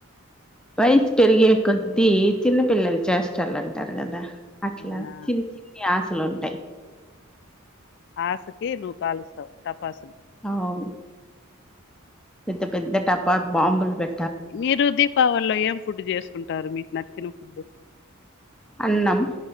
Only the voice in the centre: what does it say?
వయసు పెరిగే కొద్ద్దీ చిన్న పిల్లలు చేస్తాలంటారు కదా అట్లా
చిన్ని చిన్ని ఆశలు లుంటాయి
అవును పెద్ద పె ద్ద టపాస్ బాంబలు పె
అన్నం